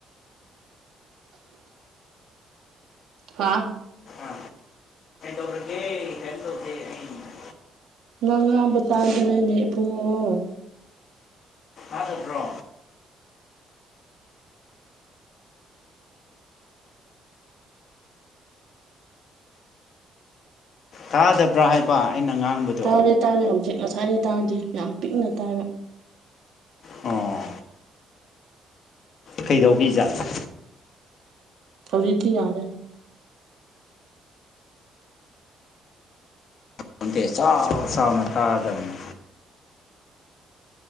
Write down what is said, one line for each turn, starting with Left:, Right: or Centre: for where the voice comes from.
Right: ꯍꯥꯥ
Left: ꯑ <unintelligible>
Right: ꯅ ꯉꯥꯝꯕ ꯇꯥꯗ꯭ꯔꯦꯅꯦ ꯏꯕꯨꯡꯉꯛꯑꯣ
Left: ꯑꯥꯗꯠꯇ꯭ꯔꯣ ꯇꯥꯗꯕ꯭ꯔꯥ ꯍꯥꯏꯕ ꯑꯩꯅ ꯉꯥꯡꯕꯗꯨ
Right: ꯇꯥꯔꯦ ꯇꯥꯔꯦ ꯍꯧꯖꯤꯛ ꯉꯁꯥꯏꯗꯤ ꯇꯥꯔꯗꯤ ꯌꯥꯝ ꯄꯤꯛꯅ ꯇꯥꯏꯕ
Left: ꯑꯣ ꯀꯩꯗꯧꯕꯤ ꯖꯥꯠꯂꯣ꯫
Right: ꯍꯧꯖꯤꯇꯤ ꯌꯥꯔꯦ꯫
Left: <unintelligible> ꯆꯥꯎ ꯆꯥꯎꯅ ꯇꯥꯗꯝꯅꯦ꯫